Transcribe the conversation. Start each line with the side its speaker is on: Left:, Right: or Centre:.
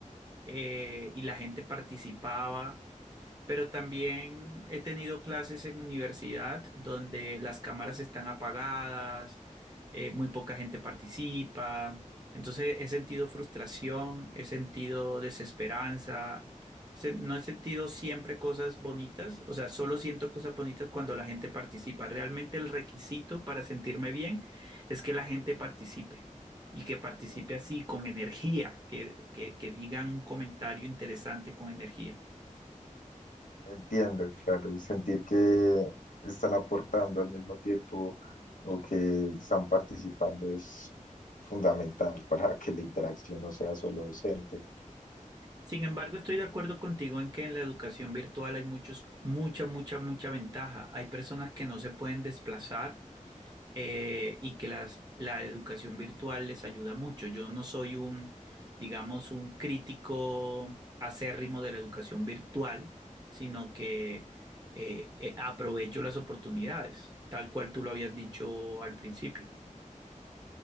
Right: eh, y la gente participaba. pero también he tenido clases en universidad donde las cámaras están apagadas, eh, muy poca gente participa. Entonces he sentido frustración, he sentido desesperanza, se- no he sentido siempre cosas bonitas, o sea, solo siento cosas bonitas cuando la gente participa. Realmente el requisito para sentirme bien es que la gente participe. Y que participe
Left: en-
Right: así, con energía, que, que, que digan un comentario interesante con energía.
Left: entiendo, claro, sentir que están aportando al mismo tiempo o que están participando es fundamental <laughs> para que la interacción no sea solo docente.
Right: Sin embargo, estoy de acuerdo contigo en que en la educación virtual hay muchos, mucha, mucha, mucha ventaja. Hay personas que no se pueden desplazar eh, y que las, la educación virtual les ayuda mucho. Yo no soy un, digamos, un crítico acérrimo de la educación virtual, sino que eh, eh, aprovecho las oportunidades, tal cual tú lo habías dicho al principio,